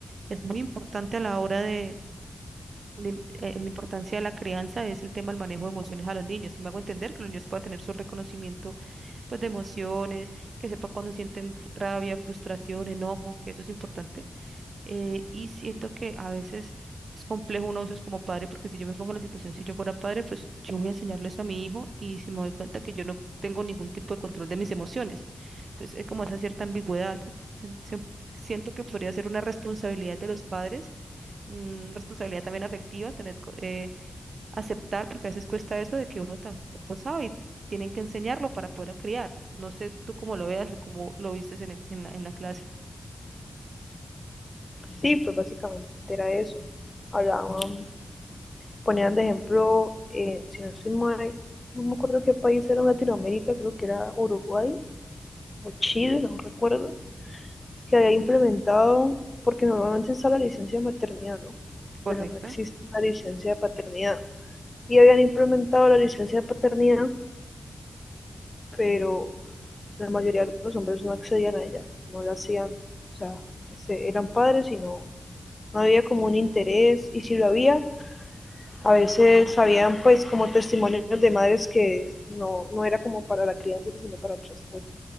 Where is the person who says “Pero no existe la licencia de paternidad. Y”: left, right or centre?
Left